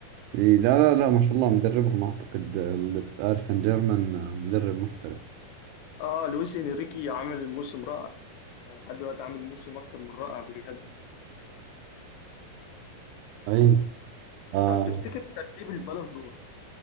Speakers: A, on the right (about 90°); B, on the left (about 85°).
A: إي، لا لا لا ما شاء الله مدربهم أعتقد آه، باريس سان جيرمان آه، مدرب محترف
B: اه لويس انريكي عامل موسم رائع يعني لحد دلوقتي عامل موسم اكتر من رائع بجد
A: أي آه
B: طب تفتكر ترتيب البالون دور